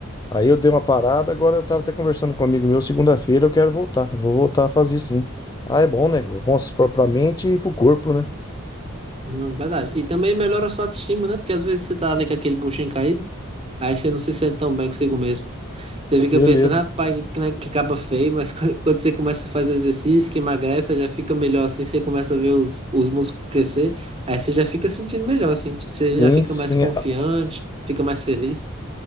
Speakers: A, on the left; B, on the right.
A: Aí eu dei uma parada, agora eu tava até conversando com um amigo meu, segunda-feira eu quero voltar. Vou voltar a fazer sim. Ah, é bom, né? Bom pra pra mente e pro corpo, né?
B: Não, verdade. E também melhora a sua autoestima, né? Porque às vezes você tá ali com aquele buchinho caído, aí você não se sente tão bem consigo mesmo. Você fica
A: Beleza.
B: pensando, rapaz, que, né, que caba feio, mas <laughs> quando quando você começa a fazer exercício, que emagrece, já fica melhor assim, você começa a ver os, os músculos crescer, aí você já fica sentindo melhor, assim, você já
A: Sim,
B: fica
A: sim.
B: mais confiante,
A: a-
B: fica mais feliz.